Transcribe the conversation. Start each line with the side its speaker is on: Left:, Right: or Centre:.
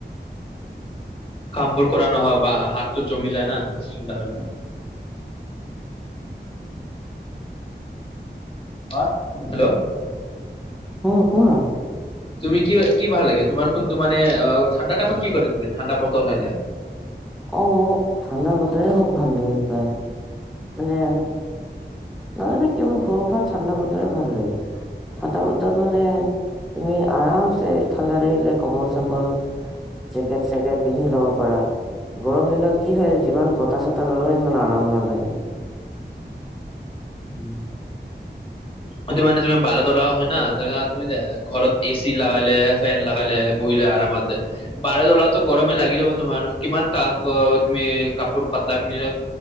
Left: কামবোৰ কৰা নহয় বা হাতটো জমি যায় না ঠাণ্ডা হলে। অ' হেল্ল'!
Centre: অঁ, কোৱা?
Left: তুমি কি কি ভাল লাগে, তোমাৰ কোনটো মানে ঠাণ্ডা টাইমত কি কৰে তুমি ঠাণ্ডা বতৰ হলে?
Centre: অঁ অঁ, ঠাণ্ডা বতৰে মোক ভাল লাগে প্ৰায়। মানে নাজানো কিয় মোৰ সৰুৰ পৰা ঠাণ্ডা বতৰে ভাল লাগে। ঠাণ্ডা বতৰত মানে তুমি আৰামছে ঠাণ্ডা লাগিলে কমল চম্বল জেকেট-চেকেট পিন্ধি লব পাৰা, গৰম দিনত কি হয় যিমান বতাহ চতাহ ললে ইমান আৰাম নালাগে।
Left: উম। হয়টো মানে তুমি বাৰত লা হয় ন, তুমি দে ঘৰত এ চি লাগালে ফেন লগালে <unintelligible> দে বাৰত ওলালেও গৰমে লাগিল হয়, তোমাৰ কিমান ক তুমি কাপোৰ পাতলা পিন্ধিল